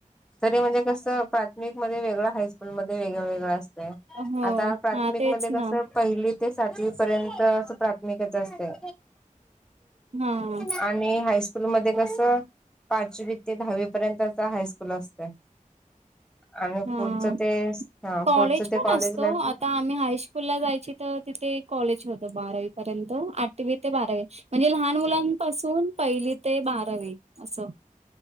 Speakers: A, in the centre; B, on the right.
A: तरी म्हणजे कसं प्राथमिक मध्ये वेगळं हायस्कूलमध्ये वेगळं वेगळं असतंय
B: हो
A: आता प्राथमिक
B: हा तेच
A: मध्ये
B: ना
A: कसं पहिली ते सातवी पर्यंत अस प्राथमिकच असतया
B: हम्म
A: आणि हायस्कूल मध्ये कसं पाचवी ते दहावी पर्यंतच हायस्कूल असतय आणि
B: हा
A: पुढचं ते हा
B: कॉलेज
A: पुढचं ते
B: पण
A: कॉलेज
B: असतं
A: लाईफ
B: आता आम्ही हायस्कूल ला जायची तर तिथे कॉलेज होतं बारावी पर्यंत आठवी ते बारावी म्हणजे लहान मुलांपासून पहिली ते बारावी असं